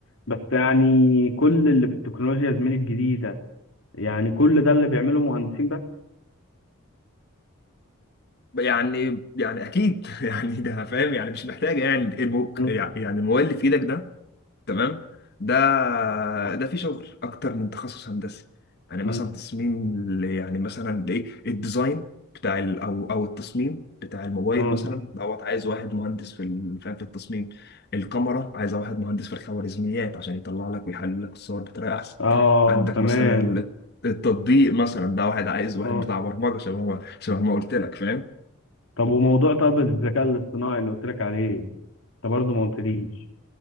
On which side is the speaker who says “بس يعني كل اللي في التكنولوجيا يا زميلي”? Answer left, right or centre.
Left